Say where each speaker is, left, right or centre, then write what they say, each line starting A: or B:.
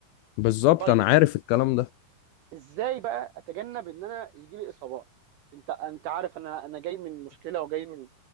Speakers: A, on the left; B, on the right.
A: بالظبط
B: طيب
A: انا عارف الكلام ده
B: ازاي بقى اتجنب ان انا يجي لي اصابات انت انت عارف انا انا جاي من مشكله وجاي من